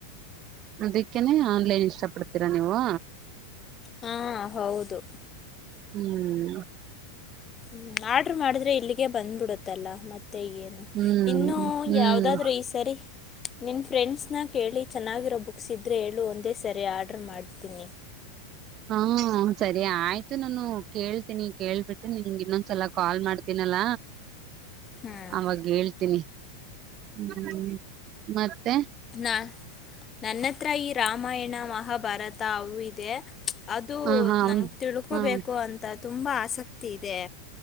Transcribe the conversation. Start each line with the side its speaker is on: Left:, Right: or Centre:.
Right: ಅದಿಕ್ಕೇನೆ ಆನ್ಲೈನ್ ಇಷ್ಟ ಪಡ್ತೀರಾ ನೀವು.
Left: ಹಾ ಹೌದು
Right: ಹ್ಮ್
Left: ಹ್ಮ ಆರ್ಡರ್ ಮಾಡಿದ್ರೆ ಇಲ್ಲಿಗೆ ಬಂದ್ಬಿಡುತ್ತಲ್ಲ ಮ ತ್ತೆ ಏನು
Right: ಹ್ಮ್
Left: ಇನ್ನು
Right: ಹ್ಮ್
Left: ಯಾವ್ದಾದ್ರು ಈ ಸರಿ ನಿನ್ನ ಫ್ರೆಂಡ್ಸ್ನ ಕೇಳಿ ಚೆನ್ನಾಗಿರೋ ಬುಕ್ಸ್ ಇದ್ರೆ ಹೇಳು ಒಂದೇ ಸರಿ ಆರ್ಡರ್ ಮಾಡ್ತೀನಿ.
Right: ಹ್ಮ ಸರಿ ಆಯ್ತು ನಾನು ಕೇಳ್ತೀನಿ ಕೇಳ್ಬಿಟ್ಟು ನಿಮಗೆ ಇನ್ನೊಂದ್ಸಲ ಕಾಲ್ ಮಾಡ್ತೀನಲ್ಲ
Left: ಹ್ಮ್
Right: ಆವಾಗ್ ಹೇಳ್ತೀನಿ ಹ್ಮ್ ಮತ್ತೆ
Left: ನಾ ನನ್ನತ್ರ ಈ ರಾಮಾಯಣ ಮಹಾಭಾರತ ಅವು ಇದೆ. ಅದು
Right: ಹ ಹಾ
Left: ನಂಗ್ ತಿಳ್ಕೊಬೇಕು
Right: ಹಾ
Left: ಅಂತ ತುಂಬ ಆಸಕ್ತಿ ಇದೆ